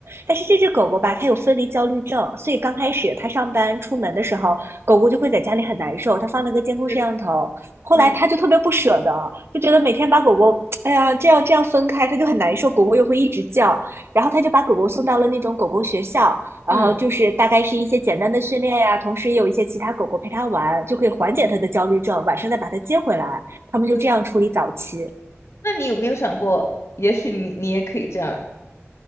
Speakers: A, on the right; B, on the left.
A: 但是这只狗狗吧，它有分离焦虑症，所以刚开始它上班出门的时候，狗狗就会在家里很难受。它放了个监控摄像头，
B: 对，
A: 后来它就特别不舍得，
B: 嗯
A: 就觉得每天把狗狗，哎呀，这样这样分开，它就很难受。狗狗又会一直叫，然后它就把狗狗送到了那种狗狗学校，然后就是大概是一些简单的训练呀、
B: 嗯
A: 同时也有一些其他狗狗陪它玩，就可以缓解它的焦虑症。
B: 嗯，
A: 晚上再把它接回来，他们就这样处理早期。
B: 对。那你有没有想过，也许你你也可以这样